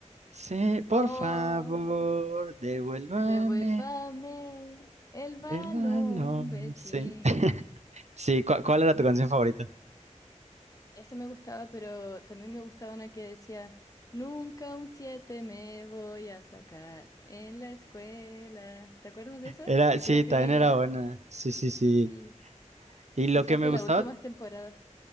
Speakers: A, on the right; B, on the left.
A: Sí, por
B: Oh,
A: favor, devuélvame
B: devuélvame el balón,
A: el balón.
B: vecina.
A: Sí. <laughs> Sí, ¿cu- ¿cuál era tu canción favorita?
B: Ese me gustaba, pero también me gustaba una que decía, nunca un 7 me voy a sacar en la escuela. ¿Te acuerdas de esa?
A: Era,
B: Yo
A: sí,
B: creo
A: también
B: que era ya,
A: era buena. Sí, sí, sí.
B: sí,
A: Y lo
B: quizás
A: que me
B: de
A: gustaba
B: las últimas temporadas.